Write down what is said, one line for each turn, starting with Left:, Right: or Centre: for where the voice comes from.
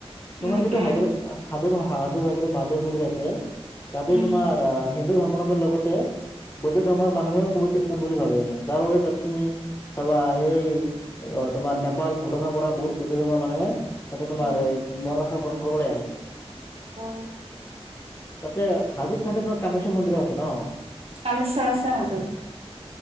Left: তোমাৰ
Right: উম,
Left: যিটো
Right: উম,
Left: হাইগ্ৰ হাদ্ৰো হাজোৰ মাদেৱ মন্দিৰ আছে তাতে
Right: উম।
Left: তোমাৰ আহ' হিন্দু ধৰ্মাধৰ্মে লগতে বৌদ্ধ ধৰ্মৰ মানুহেও প্ৰবিত স্থান বুলি ভাবে। যাৰ বাবে তাত তুমি চবা সেই তোমাৰ নেপাল ভূটানৰ পৰা বহুত বুদ্ধ ধৰ্মৰ মানুহে তাতে তোমাৰ
Right: উম,
Left: এই মনৰ আশা পূৰণ কৰিবলে আহে
Right: অ'।
Left: তাতে হাজোত চাগে তোমাৰ কামেশ্বৰ মন্দিৰো আছে ন'?
Right: কামেশ্বৰ আছে হাজোত,